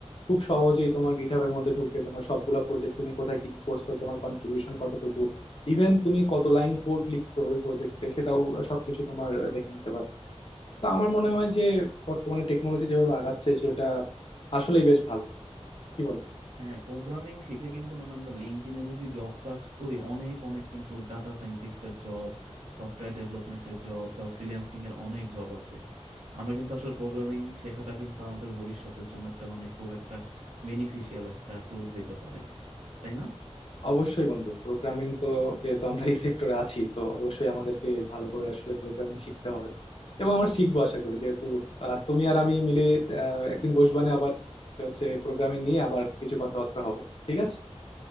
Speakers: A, on the left (about 50°); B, on the right (about 65°).
A: খুব সহজেই তোমার গিটহাবের মধ্যে ঢুকে তোমার সবগুলা প্রজেক্ট তুমি কোথায় কি কি করছো তোমার কন্ট্রিবিউশন কতটুকু ইভেন তুমি কত লাইন কোড লিখছো ওই প্রজেক্টে সেটাও সবকিছু তোমার দেখে নিতে পারবে তো আমার মনে হয় যে বর্তমানে টেকনোলজি যেভাবে আগাচ্ছে সেটা আসলেই বেশ ভালো কি বলো
B: হ্যাঁ প্রোগ্রামিং শিখে কিন্তু মানে আমরা লিঙ্কডইনে যদি জব সার্চ করি অনেক অনেক কিন্তু ডাটা সায়েন্টিস্টের জব সফটওয়্যার ডেভেলপমেন্টের জব তারপর ফ্রিল্যান্সিং এর অনেক জব আছে আমরা কিন্তু আসলে প্রোগ্রামিং শেখাটা কিন্তু আমাদের ভবিষ্যতের জন্য একটা মানে খুব একটা বেনিফিশিয়াল একটা টুল হইতে পারে তাই না
A: অবশ্যই বন্ধু প্রোগ্রামিং তো যেহেতু আমরা এই সেক্টরে আছি তো অবশ্যই আমাদেরকে ভালো করে আসলে প্রোগ্রামিং শিখতে হবে এবং আমরা শিখবো আশা করি যেহেতু আর তুমি আর আমি মিলে আহ, একদিন বসবানে আবার যে হচ্ছে প্রোগ্রামিং নিয়ে আবার কিছু কথাবার্তা হবে ঠিক আছে